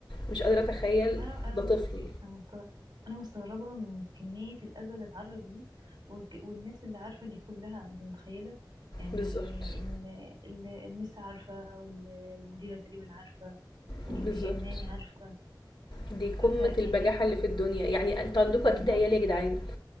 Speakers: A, on the left (about 75°); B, on the right (about 60°).
A: مش قادرة أتخيل
B: انا انا
A: ده طفل
B: بصي انا مستغربة انا مستغربة من كمية الأذى اللي اتعرض ليه وك- والناس اللي عارفة دي كلها انت متخيلة يعني
A: بالظبط
B: ال- ال- المس عارفة وال- والمديرة تقريبا عارفة واللي
A: بالظبط
B: هي الناني عارفة
A: دي قمة
B: فيعني
A: البجاحة اللي في الدنيا يعني انتوا عندكم
B: بالظبط
A: أكيد عيال يا جدعان